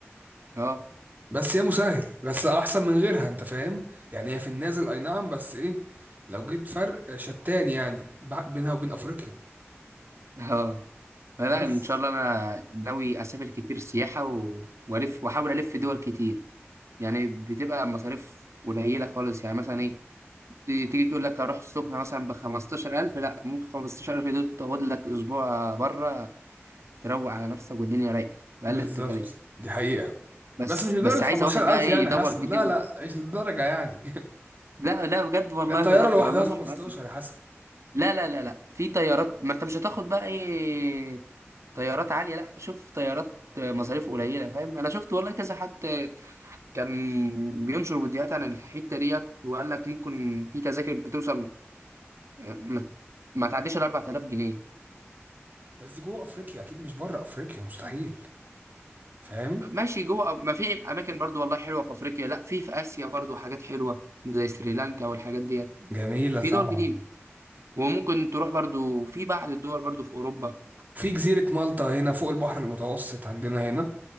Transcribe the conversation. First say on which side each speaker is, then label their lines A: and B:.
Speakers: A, on the right (about 85°); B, on the right (about 40°).
A: اه
B: بس هي مسهل بس احسن من غيرها انت فاهم يعني هي في النازل اي نعم بس ايه لو جيت فرق شتان يعني ب- بينها وبين افريقيا
A: اه لا
B: بس
A: ان شاء الله انا ناوي اسافر كتير سياحه و... والف واحاول الف دول كتير يعني بتبقى مصاريف قليله خالص يعني مثلا ايه ت- تيجي تقول لك هروح السخنه مثلا ب 15000 لا ممكن 15000 دول تاخد لك اسبوع بره تروق على نفسك والدنيا رايقه باقل
B: بالظبط
A: التكاليف
B: دي حقيقه
A: بس
B: بس مش لدرجه
A: بس
B: 15000
A: عايزه واحد بقى ايه
B: يعني
A: يدور
B: حسن
A: كتير
B: لا لا مش للدرجه يعني
A: لا لا بجد والله
B: ده الطياره
A: بها-
B: لوحدها
A: والله
B: 15
A: مش بهزر
B: يا حسن
A: لا لا لا لا في طيارات ما انت مش هتاخد بقى ايه طيارات عاليه لا شوف طيارات مصاريف قليله فاهم انا شفت والله كذا حد كان بينشر فيديوهات عن الحته ديت وقال لك ممكن في تذاكر بتوصل آه، ما ما تعديش ال 4000 جنيه
B: بس دي جوه افريقيا اكيد مش بره افريقيا مستحيل فاهم
A: ماشي جوه ما في اماكن برضو والله حلوه في افريقيا لا في في اسيا برضو حاجات حلوه زي سريلانكا والحاجات ديت
B: جميله
A: في
B: طبعا
A: دول كتير وممكن تروح برضو في بعض الدول برضو في اوروبا
B: في جزيره مالطا هنا فوق البحر المتوسط عندنا هنا